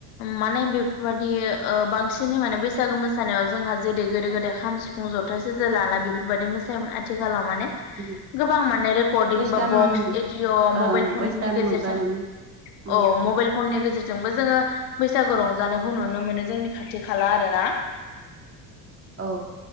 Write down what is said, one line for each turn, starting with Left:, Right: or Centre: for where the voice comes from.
Left: माने बेफोरबादि ओ बांसिनै माने बैसागो मोस सानायाव जोंहा जेरै गोदो गोदाय खाम, सिफुं, जथा, सेरजा लाना बेफोरबायदि मोसायोमोन आथिखालाव माने
Right: उम
Left: गोबां माने रेकर्डिं
Right: वेस्टार्न
Left: बा बक्स एडिअ' मबाइल
Right: ओं
Left: फननि
Right: वेस्टार्न
Left: गेजेरजों
Right: मुगानि उम
Left: अह मबाइल फननि गेजे जेरजोंबो जोङो बैसागु रंजानायखौ नुनो मोनो जोंनि खाथि खाला आरो ना।
Right: औ।